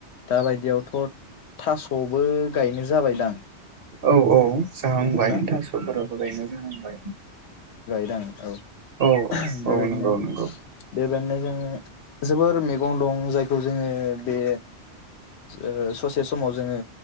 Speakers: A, on the left (about 70°); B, on the right (about 60°).
A: दाबायदियावथ' थास'बो गायनो जाबायदां
B: औ औ जाहांबाय
A: नंगौना
B: थास'फोराबो गायनो जाहांबाय
A: दां औ
B: औ औ
A: बेबायदिनो
B: औ नंगौ नंगौ
A: बेबायदिनो ओ जोबोर मैगं दं जायखौ जोङो बे ओ ससे समाव जोङो